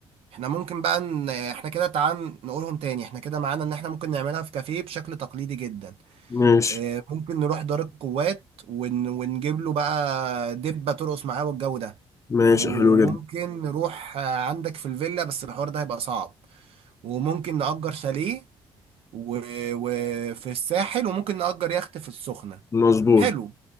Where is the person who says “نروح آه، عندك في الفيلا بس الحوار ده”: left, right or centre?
Right